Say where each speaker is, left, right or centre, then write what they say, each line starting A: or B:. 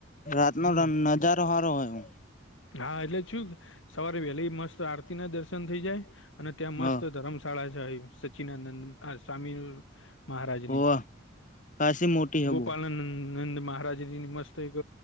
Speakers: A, on the left; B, on the left.
A: રાતનો
B: હમ્મ.
A: નજારો સારો હોય
B: હા એટલે છું સવારે વહેલી મસ્ત આરતી ના દર્શન થઇ જાય અને ત્યાં મસ્ત
A: હ
B: ધર્મશાળા છે સચ્ચિનાનંદ સ્વામી મહારાજની
A: હોવ ખાસી મોટી હે
B: ગોપાલ
A: બહુ
B: નંદ મહારાજજીની મસ્ત એક